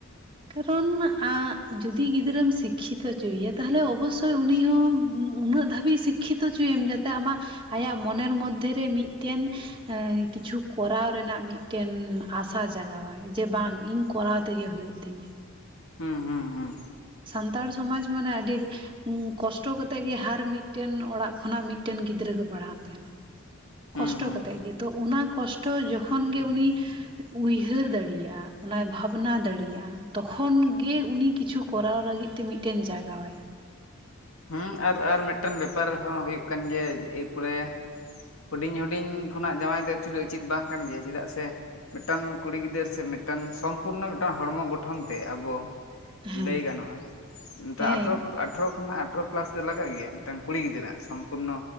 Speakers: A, on the right (about 25°); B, on the left (about 80°).
A: ᱠᱟᱨᱚᱱ ᱟᱸᱜ ᱡᱩᱫᱤ ᱜᱤᱫᱽᱨᱟᱹ ᱥᱤᱠ ᱥᱤᱠᱠᱷᱤᱛᱚ ᱦᱚᱪᱩᱭᱮᱭᱟ, ᱛᱟᱦᱚᱞᱮ ᱚᱵᱚᱥᱥᱳᱭ ᱩᱱᱤ ᱦᱚᱸ ᱩᱱᱟᱹᱜ ᱫᱷᱟᱹᱵᱤᱡ ᱥᱤᱠᱠᱷᱤᱛᱚ ᱦᱚᱪᱩᱭᱮᱢ, ᱡᱟᱛᱮ ᱟᱢᱟᱜ ᱟᱭᱟᱜ ᱢᱚᱱᱮᱨ ᱢᱚᱫᱽᱫᱷᱮ ᱨᱮ ᱢᱤᱫᱴᱮᱱ ᱮᱸ ᱠᱤᱪᱷᱩ ᱠᱚᱨᱟᱣ ᱨᱮᱱᱟᱜ ᱢᱤᱫᱴᱮᱱ ᱟᱥᱟ ᱡᱟᱜᱟᱣ ᱟᱭ ᱡᱮ ᱵᱟᱝ ᱤᱧ ᱠᱚᱨᱟᱣ ᱜᱮᱧ ᱛᱮᱜᱮ ᱦᱩᱭᱩᱜ ᱛᱤᱧᱟᱹ᱾
B: ᱦᱩᱸ, ᱦᱩᱸ, ᱦᱩᱸ᱾
A: ᱥᱟᱱᱛᱟᱲ ᱥᱚᱢᱟᱡᱽ ᱢᱟᱹᱱᱮ ᱟᱹᱰᱤ ᱦᱩᱸ ᱠᱚᱥᱴᱚ ᱠᱟᱛᱮᱜ ᱜᱮ ᱦᱟᱨ ᱢᱤᱫᱴᱮᱱ ᱚᱲᱟᱜ ᱠᱷᱚᱱᱟᱜ ᱢᱤᱫᱴᱮᱱ ᱜᱤᱫᱽᱨᱟᱹ ᱠᱚ ᱯᱟᱲᱦᱟᱜ ᱛᱟᱦᱮᱸᱱᱟ᱾
B: ᱦᱩᱸ
A: ᱠᱚᱥᱴᱚ
B: ᱦᱩᱸ
A: ᱠᱟᱛᱮᱫ ᱜᱮ, ᱛᱚ ᱚᱱᱟ ᱠᱚᱥᱴᱚ ᱡᱚᱠᱷᱚᱱ ᱜᱮ ᱩᱱᱤ ᱩᱭᱦᱟᱹᱨ ᱫᱟᱲᱤᱭᱟᱜᱼᱟ, ᱚᱱᱟᱭ ᱵᱷᱟᱵᱽᱱᱟ ᱫᱟᱲᱤᱭᱟᱜᱼᱟ᱾ ᱛᱚᱠᱷᱚᱱ ᱜᱮ ᱩᱱᱤ ᱠᱤᱪᱷᱩ ᱠᱚᱨᱟᱣ ᱞᱟᱹᱜᱤᱫ ᱛᱮ ᱢᱤᱫᱴᱮᱱ ᱡᱟᱜᱟᱣ ᱟᱭᱟ᱾
B: ᱦᱩᱸ ᱟᱨ ᱟᱨ ᱢᱤᱫᱴᱮᱱ ᱵᱮᱯᱟᱨ ᱦᱚᱸ ᱦᱩᱭᱩᱜ ᱠᱟᱱ ᱜᱮᱭᱟ᱾ ᱮᱨᱯᱚᱨᱮ ᱦᱩᱰᱤᱧ ᱦᱩᱰᱤᱧ ᱠᱷᱚᱱᱟᱜ ᱡᱟᱶᱟᱭ ᱫᱚ ᱮᱠᱪᱩᱮᱞᱤ ᱩᱪᱤᱛ ᱵᱟᱝ ᱠᱟᱱ ᱜᱮᱭᱟ ᱪᱮᱫᱟᱜ ᱥᱮ ᱢᱤᱫᱴᱟᱱ ᱠᱩᱲᱤ ᱜᱤᱫᱟᱹᱨ ᱥᱮ ᱢᱤᱫᱴᱟᱱ ᱥᱚᱢᱯᱩᱨᱱᱚ ᱢᱤᱫᱴᱟᱱ ᱦᱚᱲᱢᱚ ᱜᱚᱴᱷᱚᱱ ᱛᱮ ᱟᱵᱚ
A: ᱦᱮᱸ
B: ᱞᱟᱹᱭ ᱜᱟᱱᱚᱜ-ᱟ, ᱛᱚ
A: ᱦᱮᱸ
B: ᱟᱴᱷᱨᱚᱯ ᱟᱴᱷᱨᱚ ᱠᱷᱚᱱᱟᱜ ᱟᱴᱷᱨᱚ ᱯᱮᱞᱟᱥ ᱫᱚ ᱞᱟᱜᱟᱜ ᱜᱮᱭᱟ ᱢᱤᱫᱴᱟᱝ ᱠᱩᱲᱤ ᱜᱤᱫᱽᱨᱟᱹ ᱟᱜ ᱥᱚᱢᱯᱩᱨᱱᱚ